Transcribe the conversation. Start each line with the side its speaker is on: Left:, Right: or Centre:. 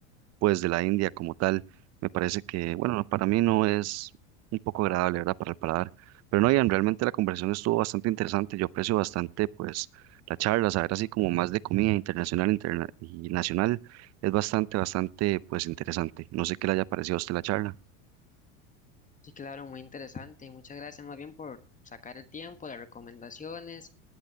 Right: pues de la India como tal. Me parece que, bueno, no- para mí no es un poco agradable, ¿verdad? Para el paladar. Pero no, Ian, realmente la conversación estuvo bastante interesante. Yo aprecio bastante, pues, la charla, saber así como más de comida internacional interna- y nacional. Es bastante, bastante, pues, interesante. No sé qué le haya parecido a usted la charla.
Left: Sí, claro, muy interesante. Muchas gracias más bien por sacar el tiempo, las recomendaciones